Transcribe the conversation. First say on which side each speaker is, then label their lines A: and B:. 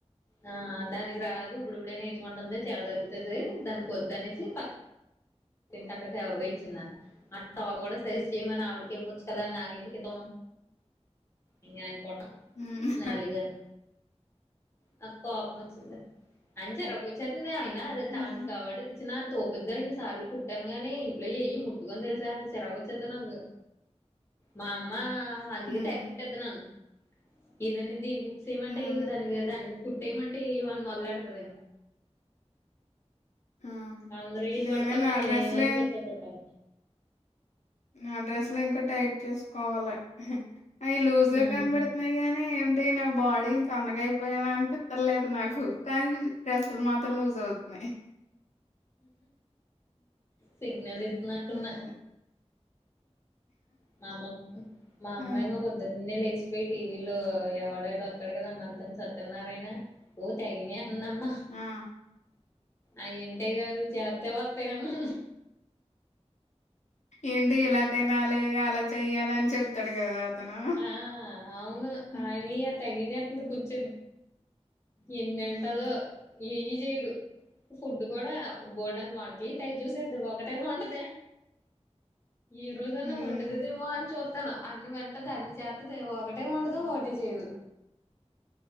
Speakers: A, on the left; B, on the left.
A: ఆ దానికి రాదు ఇప్పుడిప్పుడే నేర్చుకుంటుంది చెడ దెబ్బుతది దానికొద్దు అనేసి ప కింటక్కకు ఎవరికో ఇచ్చిందంట అ టాప్ కూడా సైజ్ చేయమని ఆవిడికే ఇవచ్చు కదా నాకెందుకు ఇటం ఇంగ నేను కుట్ను
B: హ్మ్.
A: నలుగని నాకు కోపం వచ్చింది అని చిరాకొచ్చేత్ నే అయినా
B: హ్మ్.
A: దానికి కావడి చ్చిన అంత ఓపిగ్గా ఇన్ని సార్లు కుట్టాను గానీ ఇంట్లో ఎయ్యీ ముట్టుకొను తెలుసా అంత చిరాకు వచ్చేద్ది నాకు మా అమ్మ అందుకే
B: హ్మ్.
A: తెగ తిట్టేద్ది నన్ను ఏదన్నా దీనికి హుక్సేయమంటే
B: ఆ!
A: ఎయ్యవు దానికి దానికి కుట్టేయమంటే ఎయ్యవు అని మొదలెడతది ఇంక
B: ఆ
A: అందరవియ్యీ
B: నేనే
A: కుడతావు
B: నా
A: నేనేం
B: డ్రెస్లే
A: చెప్తే కుట్టవ్
B: ఉ ఆ డ్రెస్లు ఇంకా టైట్ చూసుకోవాలి అయి లూస్
A: హ్మ్
B: గా కనపడుతున్నాయి కానీ ఏంటి నా బాడీ సన్నగా అయిపోయానా అనిపిత్తర్లేదు నాకు కానీ డ్రెస్లు మాత్రం లూజ్ అవ్ <unintelligible>
A: సిగ్నల్ ఇత్తనట్టున్నాయి
B: అదే.
A: మా అమ్మ మా అమ్మేమో
B: ఆ!
A: పొద్దున్నే లేస్ పయ్యి టీ వీ లో ఎవడాడు వత్తాడు కదా మంతెన సత్యనారాయణ ఓ తెగినే <unintelligible> అమ్మ
B: ఆ!
A: అయి ఇంటే కాదు చేత్తే వత్తాయి అన్నా
B: ఏంటి ఇలా తినాలి అలా చెయ్యాలి అని చెప్తాడు కదా అతను.
A: ఆ అవును
B: హ్మ్.
A: ఆయినియి తెగినేత్తంది
B: హ్మ్.
A: కూర్చొని ఎన్నింటదో
B: హ్మ్.
A: ఏయ్యీ చెయ్యదు ఫుడ్డు కూడా బోల్డెన్ని వంట్లియి తెగ చూసేద్ది ఒకటీ వొండదే ఈ రోజన్నా
B: హ్మ్.
A: వండదదేమో అని చుత్తన్నా అన్ని వెంటది అన్ని చేత్తది ఒకటే వండదు ఒకటే చేయదు